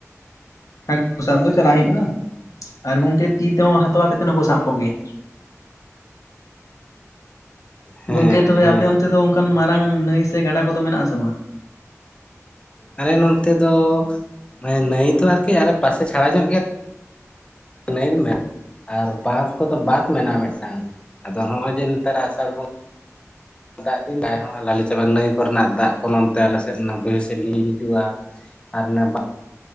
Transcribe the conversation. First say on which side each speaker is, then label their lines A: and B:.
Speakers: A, on the left (about 85°); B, on the left (about 20°).
A: ᱦᱟᱹᱠᱩ ᱥᱟᱵ ᱫᱚ ᱪᱟᱞᱟᱣ ᱦᱩᱭᱩᱜᱼᱟ ᱟᱨ ᱜᱚᱝᱠᱮ ᱛᱤ ᱛᱮᱦᱚᱸ ᱦᱟᱛᱣᱟ ᱠᱟᱛᱮ ᱦᱚᱸᱠᱚ ᱥᱟᱵ ᱠᱚᱜᱮᱭᱟ᱾
B: ᱦᱮᱸ
A: ᱜᱚᱝᱠᱮ ᱛᱚᱵᱮ
B: ᱦᱮᱸ
A: ᱟᱯᱮ ᱚᱱᱛᱮ ᱫᱚ ᱚᱱᱠᱟᱱ ᱢᱟᱨᱟᱝ ᱱᱟᱹᱭ ᱥᱮ ᱜᱟᱰᱟ ᱠᱚᱫᱚ ᱢᱮᱱᱟᱜ ᱟᱥᱮ ᱵᱟᱝ?
B: ᱟᱞᱮ ᱱᱚᱱᱛᱮ ᱫᱚ ᱢᱟᱱᱮ ᱱᱟᱹᱭ ᱫᱚ ᱟᱨᱠᱤ ᱟᱞᱮ ᱯᱟᱥᱮ ᱪᱷᱟᱲᱟ ᱧᱚᱜ ᱜᱮᱭᱟ ᱱᱟᱹᱭ ᱮᱢ ᱢᱮᱱ ᱟᱨ ᱵᱟᱸᱫ ᱠᱚᱫᱚ ᱵᱟᱸᱫ ᱢᱮᱱᱟᱜᱼᱟ ᱢᱤᱫᱴᱟᱝ᱾ᱟᱫᱚ ᱦᱚᱸᱜᱼᱚᱭ ᱡᱮ ᱱᱮᱛᱟᱨᱟᱜ ᱟᱥᱟᱲ ᱵᱚᱸᱜᱟ ᱫᱟᱜ ᱫᱤᱱ ᱫᱟᱭ ᱦᱚᱸ ᱞᱟᱞᱮ ᱪᱟᱵᱟᱜᱼᱟ ᱱᱟᱹᱭ ᱠᱚᱨᱮᱱᱟᱜ ᱫᱟᱜ ᱠᱚ ᱱᱚᱱᱚᱢᱛᱮ ᱟᱞᱮ ᱥᱮᱫ ᱵᱟᱹᱭᱦᱟᱹᱲ ᱥᱮᱫ ᱞᱤᱸᱡᱤ ᱦᱤᱡᱩᱜᱼᱟ᱾ ᱟᱨ ᱚᱱᱟ ᱵᱟᱹᱱ